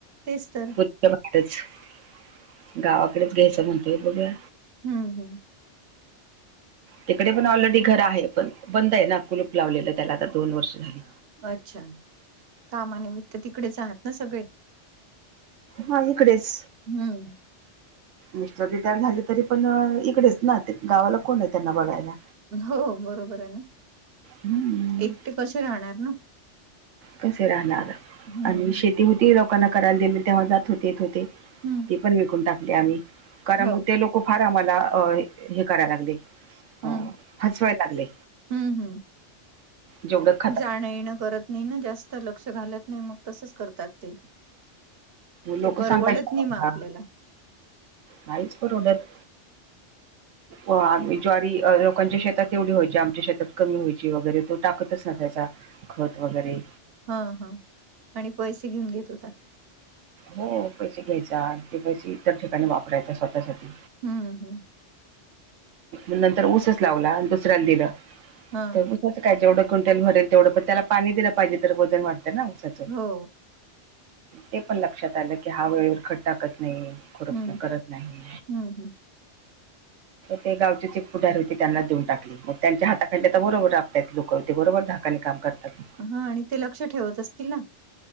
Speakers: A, on the right; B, on the right.
A: तेच तर
B: त्यामुळे इथंच गावाकडेच घ्यायचं म्हणतोय बघुया.
A: हम्म हम्म
B: तिकडे पण ऑलरेडी घरं आहे. पण बंद आहे ना कुलूप लावलेलं त्याला आता दोन वर्ष झाली.
A: अच्छा कामानिमित्त तिकडेच आहात ना सगळे,
B: हा इकडेच
A: हम्म
B: मिस्टर रिटायर झाले तरी पण इकडेच ना ते गावाला कोण आहे त्यांना बघायला,
A: हो बरोबर आहे ना.
B: हम्म
A: एकटे कसे राहणार ना.
B: कसे राहणार
A: हम्म
B: आणि शेती होती लोकांना करायला दिली तेव्हा जात होते येत होते.
A: हम्म
B: ती पण विकून टाकली. आम्ही कारण
A: हो
B: ते लोक खूप फार आम्हाला हे करायला लागले. हो
A: हम्म
B: अस व्हायला लागले.
A: हम्म
B: जेवढं खात
A: जाण येण करत. नाही ना. जास्त लक्ष घालत नाही. मग तसच करतात ते ते
B: लोक
A: परवडत
B: सांगायचे
A: नाही. मगं आपल्याला
B: नाहीच परवडत आ ज्वारी लोकांच्या शेतात तेवढी व्हायची आमच्या शेतात कमी व्हायची वगैरे तो टाकतच नसायचा. खत वगैरे
A: हा हा आणि पैसे घेऊन घेत होता.
B: हो पैसे घ्यायचा आणि ते पैसे इतर ठिकाणी वापरायचा स्वतःसाठी.
A: हम्म हम्म
B: नंतर ऊसच लावला आणि दुसऱ्याला दिलं
A: हा
B: तर काय जेवढं क्विंटल भरेल तेवढं पण त्याला पाणी दिलं पाहिजे. तर वजन वाढतं ना. ऊसाच
A: हो
B: ते पण लक्षात आलं की, हा वेळेवर खत टाकत नाही. खुरपण
A: हम्म
B: करत नाही.
A: हम्म <inaudible>
B: ते गावचेच एक पुढार होते त्यांना देऊन टाकल. त्यांच्या हाताखाली आता बरोबर राबतयात लोक ते बरोबर धाकाने काम करतात.
A: हा आणि ते लक्ष ठेवत असतील ना.